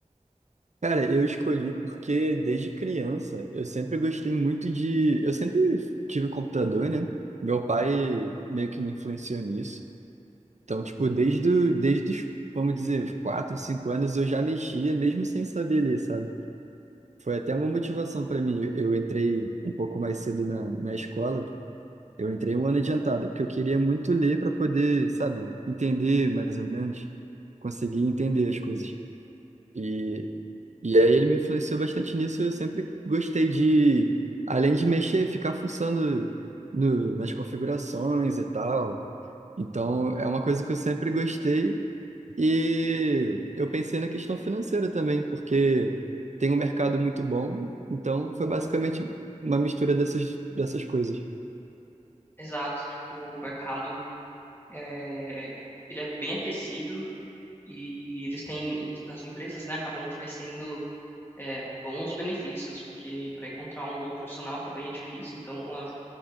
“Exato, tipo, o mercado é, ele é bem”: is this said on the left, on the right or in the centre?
Left